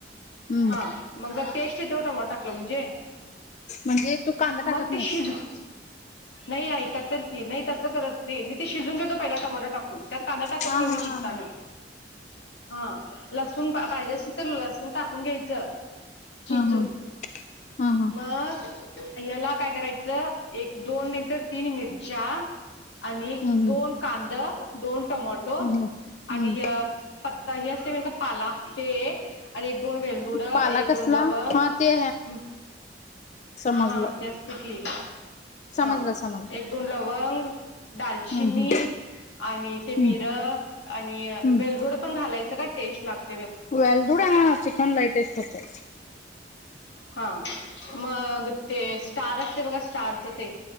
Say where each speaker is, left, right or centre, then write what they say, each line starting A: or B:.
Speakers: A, on the left; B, on the left.
A: हम्म
B: हा मग जर टेस्ट आहे तेवढं म टाकलं म्हणजे
A: म्हणजे तू कांदा
B: मग
A: टाकत नाहीस
B: ते शिजू नाही ऐकात तर की नाही तसं करत नाही मी ते शिजून घेतो पहिला टमोटो टा त्यात कांदा टाकत
A: हा
B: नाहीेहमी
A: हा
B: शिजताना
A: हा
B: हा लसण पाहिजे चलं असून टाकून घ्यायचं चिचून
A: हा हा हा हा
B: मग याला काय करायचं एक दोन नंतर तीन मिर चा आणि
A: हम्म
B: दोन कांदा दोन टमोटो
A: हम्म हम्म.
B: आणि पत्ता हे असते म का पाला ते आणि एक दोन वेलदुड एक
A: पाला कसला
B: दोन लवंग
A: हा ते समजलं
B: हा हा ते शिकी
A: समजलं
B: हा
A: समजलं.
B: एक दोन लवंग दालचिनी
A: हम्म हम्म.
B: आणि ते मिर
A: हम्म
B: आणि
A: हम्म
B: वेलदुड पण घालायचं का टेस्ट लागत
A: वेल्डुड हणार चिकन लाईटेस्ट असते
B: हा मग ते स्टार असते बघा स्टारच ते